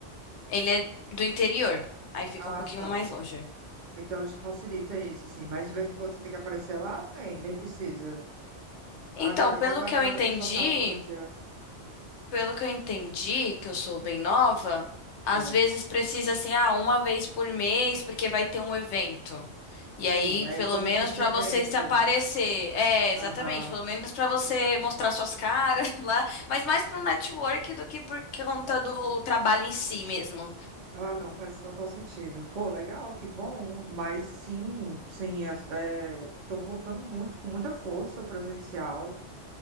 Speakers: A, on the left; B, on the right.
A: Ele é do interior, aí fica
B: Ah,
A: um pouquinho
B: só.
A: mais longe.
B: Então te facilita isso, assim. Mas de vez em quando você tem que aparecer lá, nem, nem precisa.
A: Então,
B: Mas, a-
A: pelo
B: mas a
A: que
B: galera
A: eu entendi,
B: do social media,
A: pelo que eu entendi, que eu sou bem nova, às
B: né?
A: vezes precisa assim, ah, uma vez por mês, porque vai ter um evento. E
B: Sim,
A: aí,
B: aí
A: pelo
B: cobertura
A: menos pra
B: de evento.
A: você se aparecer. É,
B: Aham.
A: exatamente, pelo menos pra você mostrar suas caras <laughs> lá, mas mais pro network do que por conta do trabalho em si mesmo.
B: Ah, não, faz total sentido. Pô, legal, que bom. Mas sim, sim, estou voltando muito, com muita força ao presencial